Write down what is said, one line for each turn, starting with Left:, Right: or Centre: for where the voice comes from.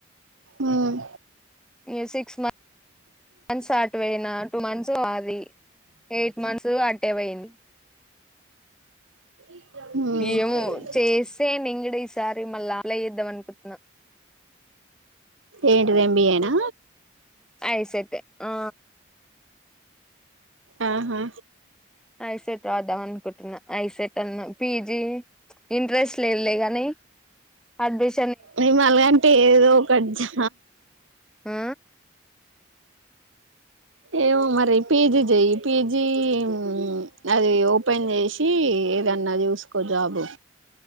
Right: ఉమ్
Centre: ఇగ్ సిక్స్ మంత్స్ త్స్ అట్ పోయినా టూ మంత్స్ ఆది ఎయిట్ మంత్స్ టూ అటే పోయింది
Right: ఉమ్
Centre: ఏమో చేస్తే నింగుడ ఈసారి మళ్ళ అప్లై చేద్దాం అనుకుంటున్నా
Right: ఏంటిది ఎంబిఏనా
Centre: ఐ సెట్ ఆ
Right: ఆహా
Centre: ఐసెట్ రాదాం అనుకుంటున్నా ఐసెట్ అన్నా పీజీ ఇంట్రెస్ట్ లేదులే గానీ అడ్మిష్
Right: మీ మల్ గంటి ఏదో ఒకటి జ
Centre: ఆ
Right: ఏమో మరి పీజీ చెయి, పీజీ ఉమ్ అది ఓపెన్ చేసి, ఏదన్నా చూసుకో జాబు.